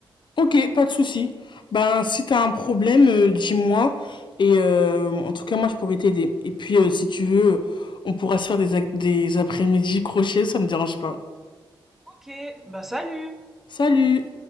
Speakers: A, on the left; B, in the centre.
A: Ok, pas de souci. Ben si t'as un problème, euh, dis-moi et euh, en tout cas moi je pourrais t'aider. Et puis euh, si tu veux, on pourra se faire des, des après-midi crochet, ça me dérange pas.
B: Ok, ben salut!
A: Salut